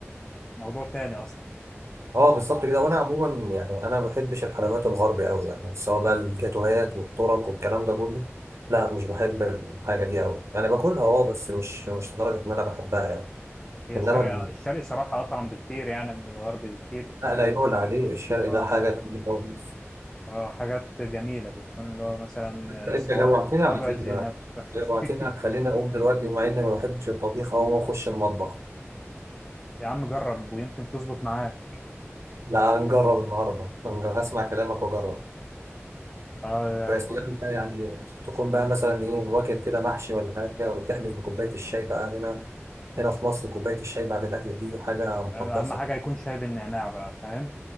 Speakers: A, on the left (about 15°); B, on the right (about 70°).
A: موضوع تاني أصلا
B: اه بالظبط كده وانا عموما يعني انا ما بحبش الحلويات الغربي قوي يعني سواء بقى الجاتوهات والطرق والكلام ده كله لا مش بحب الحاجة دي قوي يعني باكلها اه بس مش مش لدرجة ان انا بحبها يعني
A: هي
B: انما
A: الشرق
B: ال-
A: الشرق صراحة أطعم بكتير يعني من الغرب بكتير
B: آه، لا يعلى عليه الشرقي
A: اه
B: ده حاجة تقيلة خالص.
A: اه حاجات جميلة بتكون اللي هو مثلا
B: انت
A: صوا-
B: جوعتنا
A: صوابع
B: على فكرة
A: زينب <laughs>
B: جوعتنا خلينا اقوم دلوقتي مع اني ما بحبش الطبيخ او ما اخش المطبخ
A: يا عم جرب ويمكن تظبط معاه
B: لا هنجرب النهارده هنجرب هسمع كلامك واجرب
A: اه
B: بس بقى يعني تكون بقى مثلا ايه واكل كده محشي ولا حاجه وتحبس بكوبايه الشاي بقى هنا هنا في مصر كوبايه الشاي بعد الاكل دي حاجه مقدسه
A: آه، أهم حاجة يكون شاي بالنعناع بقى فاهم